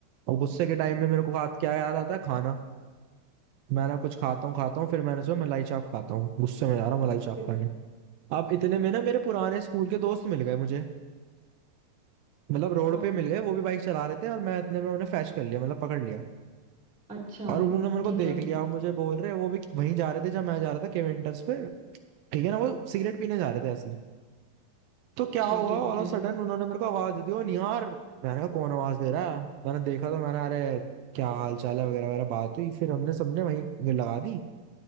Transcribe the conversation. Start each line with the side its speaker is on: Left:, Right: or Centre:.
Right: और गुस्से के टाइम में मेरे को हाथ क्या याद आता है खाना मैं ना कुछ खाता हूँ खाता हूँ फिर मैंने सोचा मलाई चाप खाता हूँ गुस्से में जा रहा हूँ मलाई चाप
Centre: फिर-
Right: खाने अब इतने
Centre: हाँ,
Right: में ना मेरे पुराने स्कूल के दोस्त मिल गए मुझे मतलब रोड
Centre: कौन?
Right: पे मिल गए वो भी बाइक चला रहे थे और मैं इतने में उन्हें फैच कर लिया मतलब पकड़ लिया
Centre: अच्छा
Right: और उन्होंने मेरे को
Centre: ठीक
Right: देख
Centre: है
Right: लिया अब मुझे बोल रहे वो भी वहीं जा रहे थे जब मैं जा रहा था केवेंटर्स पे ठीक है ना वो सिगरेट पीने जा रहे थे ऐसे ही। तो
Centre: अच्छा
Right: क्या हुआ
Centre: ठीक
Right: ऑल
Centre: है
Right: ऑफ सडन उन्होंने मेरे को आवाज दे दी ओ निहार मैंने कहा कौन आवाज दे रहा है मैंने देखा तो मैंने अरे क्या हाल चाल है वगैरह वगैरह बात हुई फिर हमने सबने वहीं लगा दी